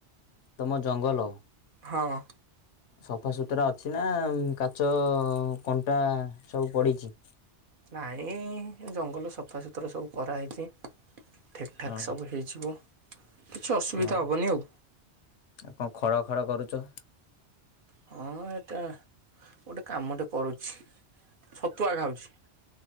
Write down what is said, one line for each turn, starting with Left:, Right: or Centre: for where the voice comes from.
Left: ତମ ଜଙ୍ଗଲ?
Right: ହଁ।
Left: ସଫାସୁତୁରା ଅଛି ନା କାଚ କଣ୍ଟା ସବୁ ପଡ଼ିଚି?
Right: ନାଇଁ ଜଙ୍ଗଲ ସଫାସୁତୁରା ସବୁ କରାହେଇଛି। ଠିକଠାକ୍
Left: ହଁ
Right: ସବୁ ହେଇଯିବ, କିଛି ଅସୁବିଧା
Left: ହଁ
Right: ହେବନି ଆଉ।
Left: ଆଉ କଣ ଖଡଖଡ କରୁଛ?
Right: ହୁଁ-ଉଁ-ଉଁ ଏଟା ଗୋଟେ କାମଟେ କରୁଛି ଛତୁଆ ଖାଉଛି।